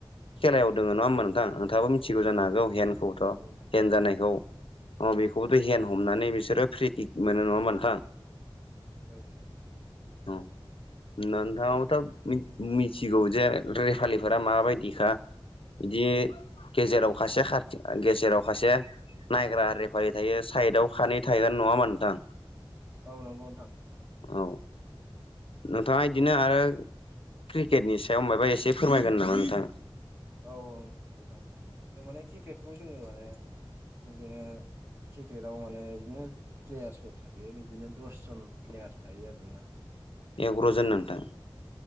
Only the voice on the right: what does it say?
ओ
औ
औ नोंथां
औ
औ नंगौ नोंथां
औ औ नोंथां जों माने क्रिकेटखौ जोङो माने बिदिनो क्रिकेटाव माने बिदिनो प्लेयार्सफोर थायो बिदिनो दसजन प्लेयार्स थायो आरोना